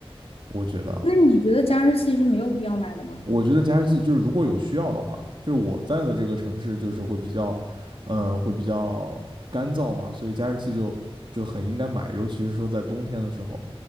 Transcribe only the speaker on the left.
那你觉得加湿器是没有必要买的吗？